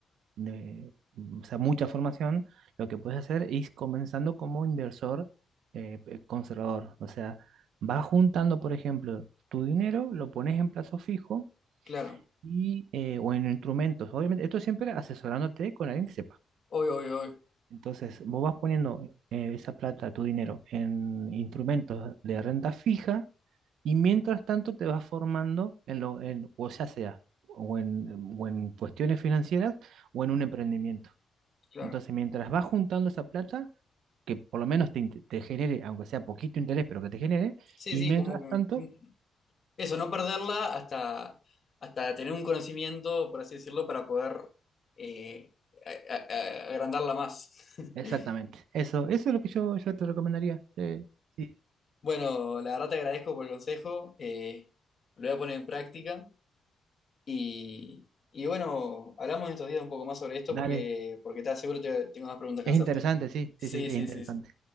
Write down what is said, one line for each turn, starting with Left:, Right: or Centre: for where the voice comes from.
Right: de, mm, o sea, mucha formación, lo que puedes hacer es comenzando como inversor eh, pe- conservador. O sea, vas juntando, por ejemplo, tu dinero, lo pones en plazo fijo
Left: claro,
Right: y, eh, o en instrumentos. Obviamente, esto siempre asesorándote con alguien que sepa.
Left: obvio, obvio, obvio,
Right: Entonces, vos vas poniendo eh, esa plata, tu dinero, en instrumentos de renta fija y mientras tanto te vas formando en lo, en, o ya sea, o en, o en cuestiones financieras o en un emprendimiento.
Left: claro.
Right: Entonces, mientras vas juntando esa plata, que por lo menos te, inte- te genere, aunque sea poquito interés, pero que te genere,
Left: Sí,
Right: y
Left: sí,
Right: mientras
Left: como que...
Right: tanto,
Left: mm, eso, no perderla hasta, hasta tener un conocimiento, por así decirlo, para poder eh, a- a- a- agrandarla más. <laughs>
Right: exactamente. Eso, eso es lo que yo, yo te recomendaría. Sí, sí,
Left: Bueno, la verdad te agradezco por el consejo, eh, lo voy a poner en práctica y, y bueno, hablamos en estos días un poco más sobre esto
Right: dale.
Left: porque, porque te aseguro que tengo más preguntas que
Right: Es
Left: hacerte.
Right: interesante, sí,
Left: Sí,
Right: sí, sí, es
Left: sí,
Right: interesante.
Left: sí, sí,